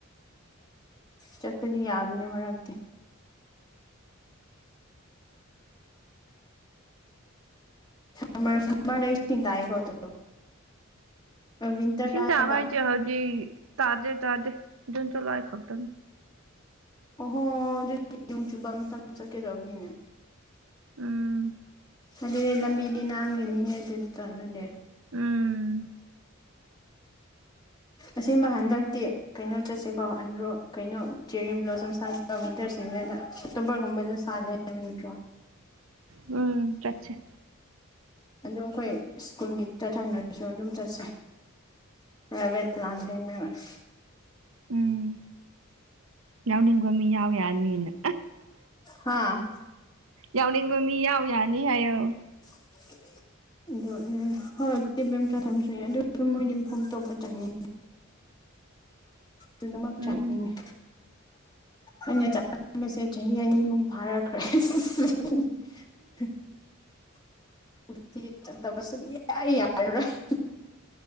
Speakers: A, on the left; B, on the right.
A: ꯆꯠꯄꯗꯤ ꯌꯥꯕꯅꯦ ꯃꯔꯛꯇꯤ ꯁꯃꯥꯔꯛ ꯁꯝꯃꯔꯗꯩ ꯏꯁꯤꯡ ꯇꯥꯏꯌꯦꯀꯣ ꯑꯗꯣ ꯋꯤꯟꯇꯔꯗ
B: ꯏꯁꯤꯡ ꯇꯥꯕ
A: ꯍꯥꯏꯕ
B: ꯍꯥꯏꯖꯦ ꯍꯧꯖꯤꯛ ꯇꯥꯗꯦ ꯇꯥꯗꯦ ꯖꯨꯟ ꯖꯨꯂꯥꯏ ꯈꯛꯇꯅꯤ
A: ꯑꯣꯍꯣ ꯑꯗꯨꯗꯤ ꯅꯣꯡ ꯆꯨꯕꯝ ꯇꯝ ꯆꯠꯀꯦꯗꯧꯕꯅꯤꯅꯦ
B: ꯎꯝ
A: ꯑꯗꯨꯗꯤ ꯂꯝꯕꯤꯗꯤ ꯅꯥꯟꯒꯅꯤꯍꯦ ꯑꯗꯨꯗꯤ ꯆꯜꯂꯗꯤ
B: ꯎꯝ
A: ꯑꯁꯦꯡꯕ ꯍꯟꯗꯛꯇꯤ ꯀꯩꯅꯣ ꯆꯠꯁꯦꯀꯣ ꯑꯟꯗ꯭ꯔꯣ ꯀꯩꯅꯣ ꯆꯦꯔꯤ ꯕ꯭ꯂꯣꯁꯝ ꯁꯥꯠꯄꯥ ꯋꯤꯟꯇꯔ ꯁꯤꯖꯟꯗ ꯑꯣꯛꯇꯣꯕꯔꯒꯨꯝꯕꯗ ꯁꯥꯠꯂꯦ ꯀꯦ ꯃꯤꯅꯤꯠꯇ꯭ꯔꯣ
B: ꯎꯝ ꯆꯠꯁꯦ
A: ꯑꯗꯣ ꯑꯩꯈꯣꯏ ꯁ꯭ꯀꯨꯜꯒꯤ ꯆꯠꯍꯟꯗ꯭ꯔꯥꯁꯨ ꯑꯗꯨꯝ ꯆꯠꯁꯦ ꯄ꯭ꯔꯥꯏꯚꯦꯠ ꯄ꯭ꯂꯥꯟꯇ <unintelligible>
B: ꯎꯝ ꯌꯥꯎꯅꯤꯡꯕ ꯃꯤ ꯌꯥꯎ ꯌꯥꯅꯤꯅ
A: ꯍꯥꯥ
B: ꯌꯥꯎꯅꯤꯡꯕꯥ ꯃꯤ ꯌꯥꯎ ꯌꯥꯅꯤ ꯍꯥꯏꯌꯣ
A: <inaudible> ꯑꯗꯣ ꯍꯣꯏ ꯀꯦꯕ ꯑꯃꯇ ꯊꯝ ꯁꯏꯦ ꯑꯗꯨꯁꯨ ꯃꯣꯏꯗꯤꯝ ꯐꯣꯟꯇꯣꯞꯄ ꯆꯠꯅꯤꯡꯉꯦ <unintelligible> ꯑꯗꯨꯅꯃꯠ
B: ꯎꯝ
A: ꯆꯠꯅꯤꯡꯉꯦ ꯑꯩꯅ ꯆꯠꯅꯤꯡꯕꯁꯦ ꯆꯍꯤ ꯑꯅꯤ ꯑꯍꯨꯝ ꯐꯥꯔꯛꯈ꯭ꯔꯦ ꯍꯟꯗꯛꯇꯤ ꯆꯠꯇꯕ ꯁꯨꯛ ꯌꯥ ꯌꯥꯔꯔꯣꯏ